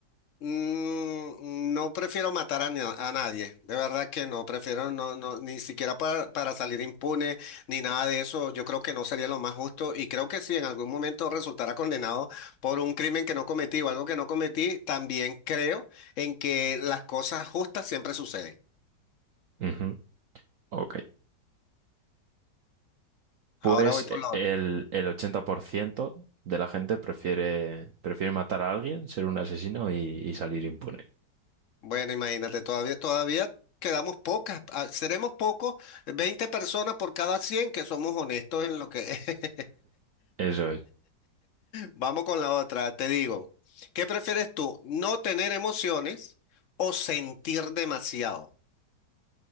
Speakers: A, on the left; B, on the right.
A: Mm, no prefiero matar a, na- a nadie, de verdad que no, prefiero no, no, ni siquiera para, para salir impune ni nada de eso, yo creo que no sería lo más justo y creo que si en algún momento resultara condenado por un crimen que no cometí o algo que no cometí, también creo en que las cosas justas siempre suceden.
B: Ujú, Ok.
A: Ahora
B: Pues
A: voy por
B: eh,
A: lo
B: el,
A: otro.
B: el 80% de la gente prefiere, prefiere matar a alguien, ser un asesino y, y salir impune.
A: Bueno, imagínate, todavía, todavía quedamos pocas, ah, seremos pocos, 20 personas por cada 100 que somos honestos en lo que, <laughs>
B: Eso es.
A: Vamos con la otra. Te digo, ¿qué prefieres tú? ¿No tener emociones o sentir demasiado?